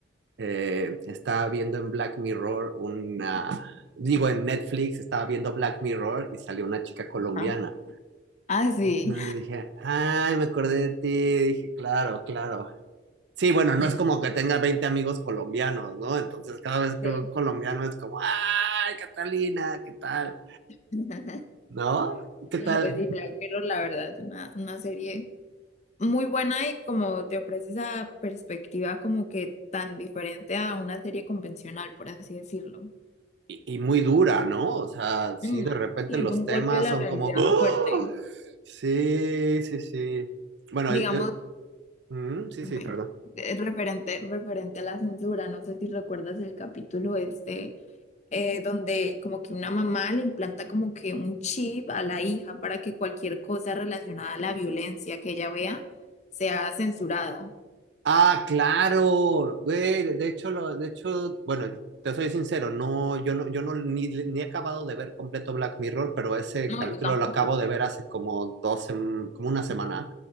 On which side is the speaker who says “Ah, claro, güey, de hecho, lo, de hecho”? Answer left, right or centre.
Right